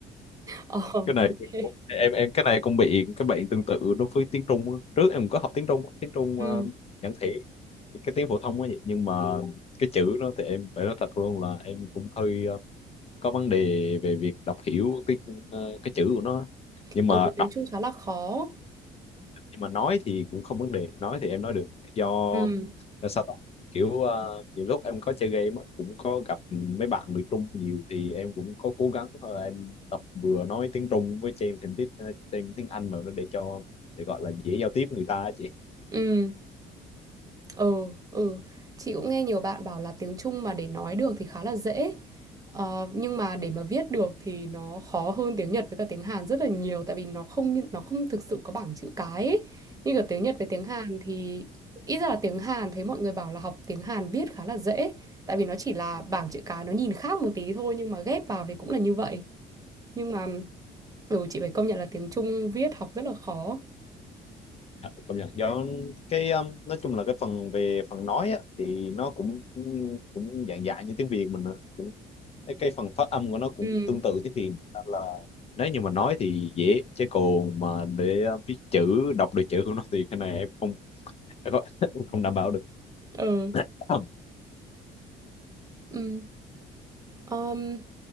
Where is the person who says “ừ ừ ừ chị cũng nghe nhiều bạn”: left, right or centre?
Right